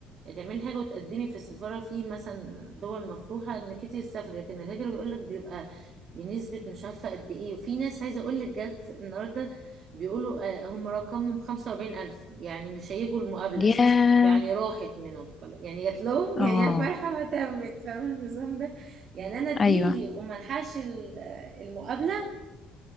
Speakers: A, on the right; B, on the left.
A: تعملي حاجه وتقدمي في السفاره في مثلا دول مفتوحه انك انت تسافري لكن الهجره بيقول لك بيبقى بنسبه مش عارفه قد ايه وفي ناس عايزه اقول لك جت النهارده بيقولوا آه، هم رقمهم 45000 يعني مش هيجوا المقابله
B: ياه
A: اساسا يعني راحت منهم خلاص يعني جات لهم
B: اه
A: يعني يا فرحه ما تمت فاهمه النظام ده يعني انا تجيلي
B: ايوه
A: وما الحقش ال- المقابله